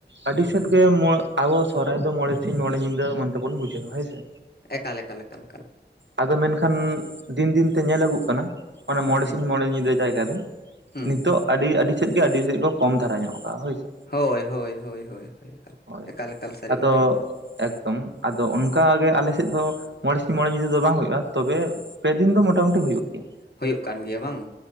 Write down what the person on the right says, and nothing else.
ᱟᱹᱰᱤ ᱥᱮᱫ ᱜᱮ <unintelligible> ᱟᱵᱚ ᱥᱚᱨᱦᱟᱭ ᱫᱚ ᱢᱚᱬᱮ ᱥᱤᱧ ᱢᱚᱬᱮ ᱧᱤᱫᱟᱹ ᱢᱮᱱᱛᱮ ᱵᱚᱱ ᱵᱩᱡᱷᱟᱹᱣᱟ ᱦᱩᱭ ᱥᱮ᱾
ᱟᱫᱚ ᱢᱮᱱᱠᱷᱟᱱ ᱫᱤᱱ ᱫᱤᱱᱛᱮ ᱧᱮᱞ ᱟᱹᱜᱩᱜ ᱠᱟᱱᱟ ᱚᱱᱟ ᱢᱚᱬᱮ
ᱥᱤᱧ ᱢᱚᱬᱮ ᱧᱤᱫᱟᱹ ᱡᱟᱭᱜᱟ ᱨᱮ
ᱱᱤᱛᱚᱜ ᱟᱹᱰᱤ ᱟᱹᱰᱤ ᱥᱮᱫ ᱜᱮ ᱟᱹᱰᱤ ᱥᱮᱫ ᱜᱮ ᱠᱚᱢ ᱫᱷᱟᱨᱟ ᱧᱚᱜ ᱠᱟᱜ-ᱟ ᱦᱳᱭᱥᱮ᱾
ᱦᱳᱭ
ᱟᱫᱚ
ᱮᱠᱫᱚᱢ ᱟᱫᱚ ᱚᱱᱠᱟᱜᱮ ᱟᱞᱮ ᱥᱮᱫ ᱫᱚ ᱢᱚᱬᱮ ᱥᱤᱧ ᱢᱚᱬᱮ ᱧᱤᱫᱟᱹ ᱫᱚ ᱵᱟᱝ ᱦᱩᱭᱩᱜ-ᱟ ᱛᱚᱵᱮ ᱯᱮᱫᱤᱱ ᱫᱚ ᱢᱚᱴᱟᱢᱩᱴᱤ ᱦᱩᱭᱩᱜ ᱜᱮᱭᱟ